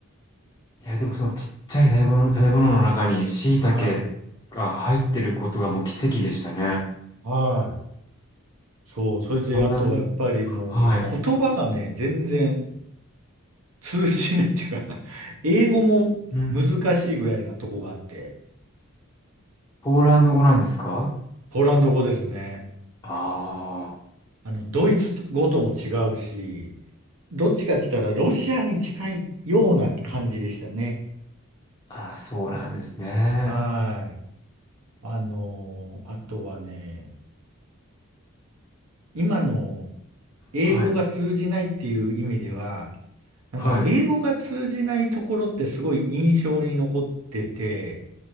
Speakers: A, on the left; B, on the right.
A: いや、でもそのちっちゃい食べ物食べ物の中に椎茸が入ってることがもう奇跡でしたね。
B: はい。はい。そう、それであとはやっぱりもう、
A: そんな、はい。
B: 言葉がね、全然通じないっていうか <laughs> 英語も難しいぐらいなとこがあって、
A: うん。ポーランド語なんですか？
B: ポーランド語ですね。
A: あ
B: あの、ドイツ語とも違うし、どっちかって言ったらロシアに近いような感じでしたね。
A: あ。あ、そうなんですね。
B: はい。あのーあとはね、今の英語が通じないっていう意味では、
A: はい。
B: なんか英語が通じないところってすごい印象に残ってて、
A: はい。